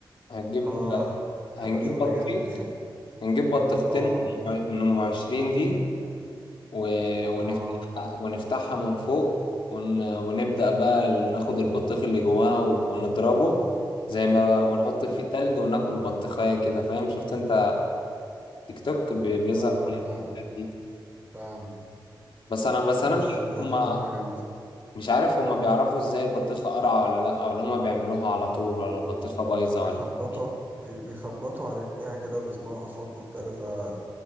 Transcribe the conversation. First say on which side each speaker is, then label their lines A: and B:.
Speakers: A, on the left (about 75°); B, on the right (about 25°).
A: هجيب
B: اه
A: هنجيب
B: هيبقى شغل
A: بطيخ
B: جامد يعني
A: هنجيب بطيختين
B: اه
A: من ام 20 دي و... ونفتحها
B: اه
A: ونفتحها من فوق ون... ونبدأ بقى ناخد البطيخ اللي جواها ونضربه زي ما بقى ونحط
B: عندك-
A: فيه تلج وناكل بطيخية كده فاهم شفت انت تيك توك بي- بيظهر
B: اه
A: عليك
B: فاهم
A: الفيديوهات دي
B: فاهم
A: بس انا بس انا
B: حاسس
A: مش
B: ان
A: عارف
B: دي
A: هما
B: هتبقى حاجة جامدة
A: مش عارف هما بيعرفوا ازاي البطيخه قرعه ولا لا ولا هما بيعملوها على طول ولا البطيخه بايظه
B: بيخبطوا
A: ولا إيه.
B: بي- بيخبطوا عليها كده وبيسمعوا أصوات مختلفة